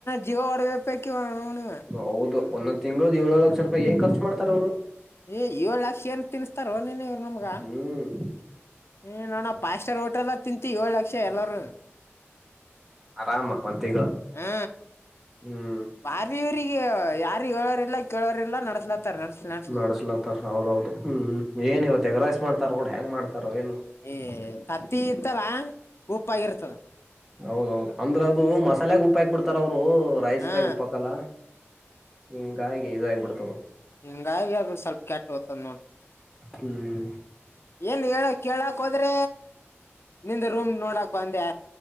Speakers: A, on the left; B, in the centre.
A: ಜೀವ ಹೊಡಬೇಕಿ ನೀವ
B: ಹೌದು. ಒಂದೊಂದ ತಿಂಗಳದ ಏಳ ಲಕ್ಷ ರೂಪಾಯಿ ಏನ ಖರ್ಚ ಮಾಡ್ತಾರ ಅವರು.
A: ಏ ಏಳ್ ಲಕ್ಷ ಏನ್ ತಿನ್ಸತಾರ ನೀನ್ ಇವರು ನಮಗ.
B: ಹ್ಮ್
A: ಹ್ಞ ನೋು ಪಫ್ ಸ್ಟಾರ್ ಓಟೆಲ್ಲ ತಿಂತೀು ಏಳು ಲಕ್ಷ ಎಲ್ಲರು.
B: ಆರಾಮ ಒಂದ್ ತಿಂಗಳು
A: ಹ್ಮ
B: ಹ್ಮ್.
A: ಬಾರಿ ಇವ್ರಿಗೆ ಯಾರು ಹೇಳೋರಿಲ್ಲ. ಕೇಳೋರಿಲ್ಲ ನಡ್ಸ್ಲತ್ತಾರ ನಡ್ಸ್ ನಡ್ಸ್ಲಿ
B: ನಡ್ಸ್ಲತ್ತಾರ ಹೌದೌದು ಹ್ಮ್ ಏನ ಇವ ತೆಗರಾಯಸ್ ಮಾಡ್ತಾರ ಕೂಡ ಹೆಂಗ. <unintelligible>
A: ಏ ತತ್ತಿ ಇರ್ತಲ ಉಪ್ಪಾಗಿರ್ತದ.
B: ಹೌದೌದ ಅಂದ್ರೆ ಅದು ಮಸಾಲೆ ಗುಪ್ಪ ಹಾಕ್ ಬಿಡ್ತಾರ ಅವ್ರು. ರೈಸ್
A: ಹಾ
B: ದಾಗ ಉಪ್ಪಾಕಲ್ಲ ಹ ಹಿಂಗಾಗಿ ಇದಾಗಬಿಡ್ತಾವ.
A: ಹಿಂಗ ಆಗಿ ಅದ ಸ್ವಲ್ಪ ಕೆಟ್ಟ ತದ ನೋಡಿ.
B: ಹ್ಮ್
A: ಏನ್ ಹೇಳ ಕೇಳಕ್ ಹೋದ್ರ. ನಿಂದ ರೂಮ್ ನೋಡಕ್ ಬಂದೆ.